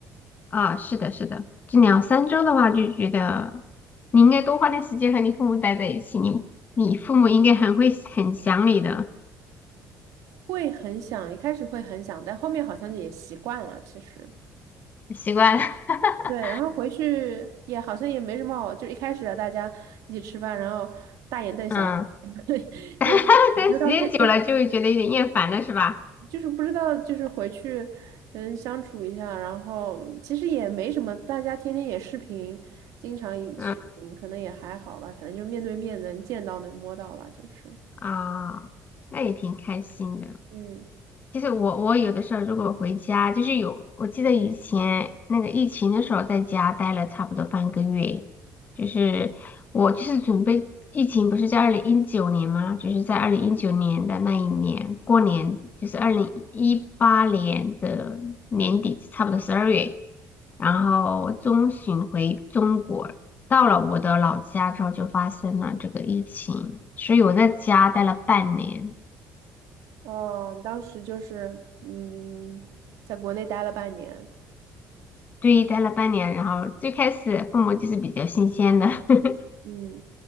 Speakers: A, on the left; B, on the right.
A: 啊，是的，是的，这两三周的话，就觉得你应该多花点时间和你父母待在一起，你你父母应该很会很想你的，
B: 会很想，一开始会很想，但后面好像也习惯了，其实。
A: 习惯了，<laughs>
B: 对，然后回去也好像也没什么好，就一开始啊，大家一起吃饭，然后大眼瞪小眼，
A: 嗯，
B: <laughs> 对，就不知道该该，
A: <laughs> 但时间久了就会觉得有点厌烦了，是吧？
B: 就是不知道就是回去嗯相处一下，然后其实也没什么，大家天天也视频，经常也视频，
A: 嗯
B: 可能也还好吧，可能就面对面能见到能摸到吧，就是
A: 啊，那也挺开心的。
B: 嗯
A: 其实我我有的时候如果回家，就是有，我记得以前那个疫情的时候，在家待了差不多半个月，就是我就是准备疫情不是在二零一九年吗？就是在二零一九年的那一年过年，就是二零一八年的年底，差不多十二月，然后中旬回中国，到了我的老家之后就发生了这个疫情，所以我在家待了半年。
B: 哦，你当时就是嗯在国内待了半年，
A: 对，待了半年，然后最开始父母就是比较新鲜的，<laughs>
B: 嗯